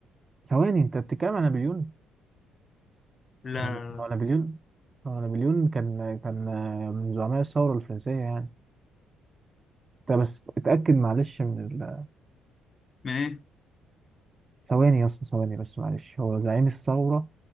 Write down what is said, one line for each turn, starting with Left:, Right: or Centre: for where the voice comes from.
Right: ثواني انت بتتكلم عن نابليون
Left: لا
Right: هو
Left: لا
Right: هو نابليون هو نابليون كان كان آه، من زعماء الثورة الفرنسية يعني انت بس اتأكد معلش من ال...
Left: من ايه
Right: ثواني يا اسطى ثواني بس معلش هو زعيم الثورة